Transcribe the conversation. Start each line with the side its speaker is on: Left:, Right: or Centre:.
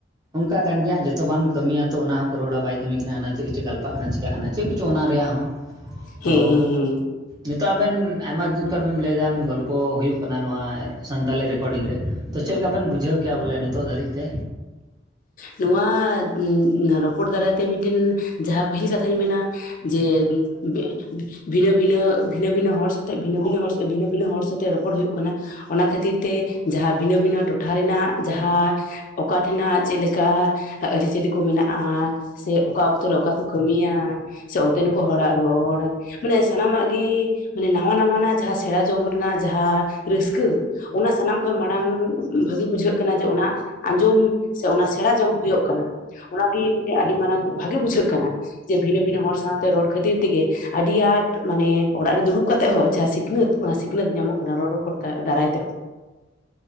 Right: ᱚᱱᱠᱟ ᱠᱟᱱ ᱜᱮᱭᱟ ᱡᱚᱛᱚ ᱵᱟᱢ ᱠᱟᱹᱢᱤᱭᱟ ᱛᱚ ᱚᱱᱟ ᱦᱚᱸᱠᱚ ᱨᱚᱲᱟ ᱵᱟᱭ ᱠᱟᱹᱢᱤ ᱠᱟᱱᱟ ᱦᱟᱱᱟ ᱪᱮᱜ ᱠᱚᱪᱚ ᱜᱟᱞᱯᱟᱜ ᱠᱟᱱᱟ ᱪᱮᱠᱟ‌ᱜ ᱠᱟᱱᱟ ᱪᱮᱜ ᱠᱚᱪᱚ ᱚᱱᱟ ᱨᱮᱭᱟᱜ ᱦᱚᱸ᱾ ᱛᱚ
Left: ᱦᱮᱸ ᱦᱮᱸ ᱦᱮᱸ
Right: ᱱᱤᱛᱚᱜ ᱟᱵᱮᱱ ᱟᱭᱢᱟ ᱫᱤᱱ ᱠᱷᱚᱱ ᱵᱮᱱ ᱞᱟᱹᱭᱫᱟᱢ ᱜᱚᱞᱯᱚ ᱦᱩᱭᱩᱜ ᱠᱟᱱᱟ ᱱᱚᱣᱟ ᱮᱨ ᱥᱟᱱᱛᱟᱞᱤ ᱨᱮᱠᱚᱰᱤᱝ ᱨᱮ᱾ ᱛᱚ, ᱪᱮᱫᱞᱮᱠᱟ ᱵᱮᱱ ᱵᱩᱡᱷᱟᱹᱣ ᱠᱮᱜ-ᱟ ᱵᱚᱞᱮ ᱱᱤᱛᱚᱜ ᱫᱷᱟᱹᱨᱤᱡ ᱛᱮ?
Left: ᱱᱚᱣᱟ ᱩᱸ ᱨᱚᱯᱚᱲ ᱫᱟᱨᱟᱭ ᱛᱮ ᱢᱤᱫᱴᱮᱱ ᱡᱟᱦᱟᱸ ᱯᱟᱹᱦᱤᱞ ᱠᱟᱛᱷᱟᱧ ᱢᱮᱱᱟ᱾ ᱡᱮ ᱵᱤᱪ ᱵᱮᱜ ᱵᱤ ᱵᱷᱤᱱᱟᱹ ᱵᱷᱤᱱᱟᱹ ᱵᱷᱤᱱᱟᱹ ᱵᱷᱤᱱᱟᱹ ᱦᱚᱲ ᱥᱚᱛᱮᱜ ᱵᱷᱤᱱᱟᱹ ᱵᱷᱤᱱᱟᱹ ᱦᱚᱲ ᱥᱟᱛᱮᱜ ᱵᱷᱤᱱᱟᱹ ᱵᱷᱤᱱᱟᱹ ᱦᱚᱲ ᱥᱚᱛᱮᱜ ᱨᱚᱯᱚᱲ ᱦᱩᱭᱩᱜ ᱠᱟᱱᱟ᱾ ᱚᱱᱟ ᱠᱷᱟᱹᱛᱤᱨ ᱛᱮ ᱡᱟᱦᱟᱸ ᱵᱷᱤᱱᱟᱹ ᱵᱷᱤᱱᱟᱹ ᱴᱚᱴᱷᱟ ᱨᱮᱱᱟᱜ ᱡᱟᱦᱟᱸ ᱚᱠᱟ ᱴᱷᱮᱱᱟᱜ ᱪᱮᱫᱞᱮᱠᱟ ᱟᱹᱨᱤᱼᱪᱟᱹᱞᱤ ᱠᱚ ᱢᱮᱱᱟᱜ-ᱟ ᱥᱮ ᱚᱠᱟ ᱚᱠᱛᱚ ᱨᱮ ᱚᱠᱟ ᱠᱚ ᱠᱟᱹᱢᱤᱭᱟ? ᱥᱮ ᱚᱱᱛᱮᱱ ᱠᱚ ᱦᱚᱲᱟᱜ ᱨᱚᱲ ᱢᱟᱱᱮ ᱥᱟᱱᱟᱢᱟᱜ ᱜᱤ ᱢᱟᱱᱮ ᱱᱟᱣᱟ ᱱᱟᱣᱟ ᱱᱟᱜ ᱡᱟᱦᱟᱸ ᱥᱮᱬᱟ ᱡᱚᱝ ᱨᱮᱱᱟᱜ ᱡᱟᱦᱟᱸ ᱨᱟᱹᱥᱠᱟᱹ ᱚᱱᱟ ᱥᱟᱱᱟᱢ ᱠᱷᱚᱱ ᱢᱟᱬᱟᱝ ᱩᱸ ᱵᱷᱟᱹᱜᱤ ᱵᱩᱡᱷᱟᱹᱜ ᱠᱟᱱᱟ ᱡᱮ ᱚᱱᱟ ᱟᱸᱡᱚᱢ ᱥᱮ ᱚᱱᱟ ᱥᱮᱬᱟ ᱡᱚᱝ ᱦᱳᱭᱳᱜ ᱠᱟᱱᱟ ᱚᱱᱟ ᱜᱤ ᱢᱤᱫᱴᱮᱜ ᱟᱰᱤ ᱢᱟᱨᱟᱝ ᱵᱷᱟᱜᱮ ᱵᱩᱡᱷᱟᱹᱜ ᱠᱟᱱᱟ᱾ ᱡᱮ ᱵᱷᱤᱱᱟᱹ ᱵᱷᱤᱱᱟᱹ ᱦᱚᱲ ᱥᱟᱶᱛᱮ ᱨᱚᱲ ᱠᱷᱟᱹᱛᱤᱨ ᱛᱮᱜᱮ ᱟᱹᱰᱤ ᱟᱸᱴ ᱢᱟᱱᱮ ᱚᱲᱟᱜ ᱨᱮ ᱫᱩᱲᱩᱵ ᱠᱟᱛᱮᱜ ᱦᱚᱸ ᱡᱟᱦᱟᱸ ᱥᱤᱠᱷᱱᱟᱹᱛ ᱚᱱᱟ ᱥᱤᱠᱷᱱᱟᱹᱛ ᱧᱟᱢᱚᱜ ᱠᱟᱱᱟ ᱨᱚᱲ ᱨᱚᱯᱚᱲ ᱠᱟ‌ ᱫᱟᱨᱟᱭ ᱛᱮᱦᱚᱸ᱾